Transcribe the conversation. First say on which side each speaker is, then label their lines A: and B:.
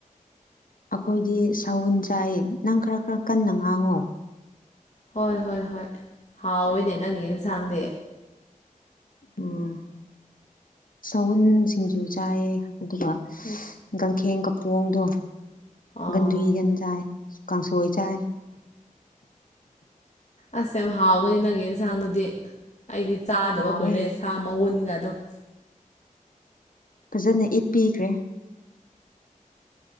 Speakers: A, on the left; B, on the left.
A: ꯑꯩꯈꯣꯏꯗꯤ ꯁꯎꯟ ꯆꯥꯏꯌꯦ ꯅꯪ ꯈꯔ ꯈꯔ ꯀꯟꯅ ꯉꯥꯡꯉꯣ
B: ꯍꯣꯏ ꯍꯣꯏ ꯍꯣꯏ ꯍꯥꯎꯋꯏꯅꯦ ꯅꯪꯒꯤ ꯌꯦꯟꯁꯥꯡꯗꯤ
A: ꯎꯝ ꯁꯎꯟ ꯁꯤꯡꯖꯨ ꯆꯥꯏꯌꯦ ꯑꯗꯨꯒ
B: ꯑꯁ
A: ꯒꯪꯈꯦꯡ ꯄꯣꯡꯗꯣ
B: ꯑꯣ
A: ꯟꯗꯨꯏ ꯟꯖꯥ ꯀꯥꯡꯁꯣꯏ ꯆꯥꯏ
B: ꯑꯁ ꯌꯥꯝ ꯍꯥꯎꯒꯅꯤ ꯅꯪꯒꯤ ꯑꯦꯟꯁꯥꯡꯗꯨꯗꯤ ꯑꯩꯗꯤ ꯆꯥꯗꯕ
A: ꯍꯥꯎꯋꯦ
B: ꯀꯨꯏꯔꯦ ꯁꯥ ꯃꯎꯟ ꯑꯗꯨꯃ
A: ꯐꯖꯅ ꯏꯠꯄꯤꯈ꯭ꯔꯦ